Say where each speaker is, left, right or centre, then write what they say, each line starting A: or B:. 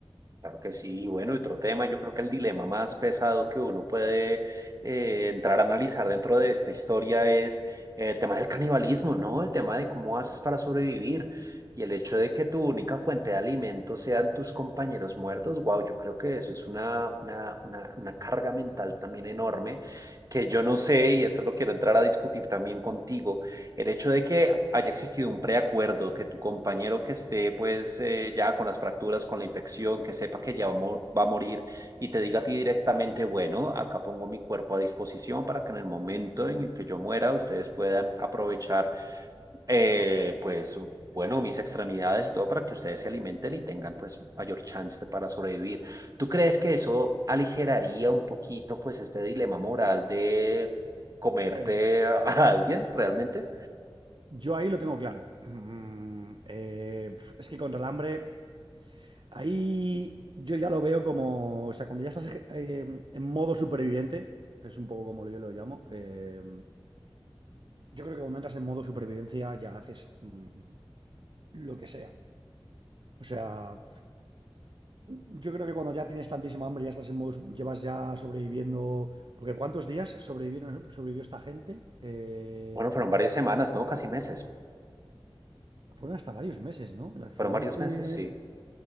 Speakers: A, on the right; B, on the right.
A: Claro que sí, bueno, y bueno, otro tema, yo creo que el dilema más pesado que uno puede eh, entrar a analizar dentro de esta historia es eh, el tema del canibalismo, ¿no? El tema de cómo haces para sobrevivir y el hecho de que tu única fuente de alimento sean tus compañeros muertos, wow, yo creo que eso es una, una, una, una carga mental también enorme que yo no sé, y esto lo quiero entrar
B: A
A: a discutir también contigo. El hecho de que haya existido un preacuerdo, que tu compañero que esté pues eh, ya con las fracturas, con la infección, que sepa que ya va, a mor- va a morir y te diga a ti directamente, bueno, acá pongo mi cuerpo a disposición para que en el momento en el que yo muera ustedes puedan aprovechar eh, pues bueno, mis extremidades y todo para que ustedes se alimenten y tengan pues mayor chance para sobrevivir. ¿Tú crees que eso aligeraría un poquito pues este dilema moral de comerte
B: ver,
A: a a alguien realmente?
B: yo ahí lo tengo claro. Mm, eh, pf, es que con hambre ahí yo ya lo veo como, o sea, cuando ya estás eh, en modo superviviente, es un poco como yo lo llamo, eh, yo creo que cuando entras en modo supervivencia ya haces mm, lo que sea. O sea, yo creo que cuando ya tienes tantísima hambre, ya estás en modo, su- llevas ya sobreviviendo, porque ¿cuántos días sobrevivieron, sobrevivió esta gente? Eh,
A: Bueno, fueron varias semanas, ¿no? Casi meses.
B: fueron hasta varios meses, ¿no? El accidente...
A: Fueron varios meses, sí.